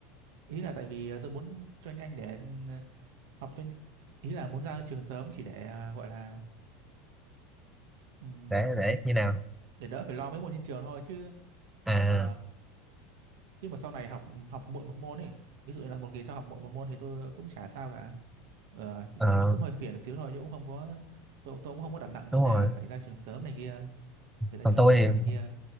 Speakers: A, on the right (about 75°); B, in the centre.
A: ý là tại vì ờ, tôi muốn cho nhanh để ừ, học cho nh- ý là muốn ra trường sớm chỉ để ờ, gọi là ừm,
B: để để như nào
A: để đỡ phải lo mấy môn trên trường thôi chứ
B: à
A: chứ mà chứ mà sau này học học muộn một môn ấy ví dụ như là một kỳ sau học muộn một môn thì tôi cũng chả sao cả Ờ,
B: ờ,
A: nó cũng hơi phiền xíu thôi chứ cũng không có tôi tôi cũng không có đặt nặng
B: đúng
A: vấn đề
B: rồi
A: là phải ra trường sớm này kia phải ra
B: còn
A: trường
B: tôi
A: đúng hạn
B: thì
A: này kia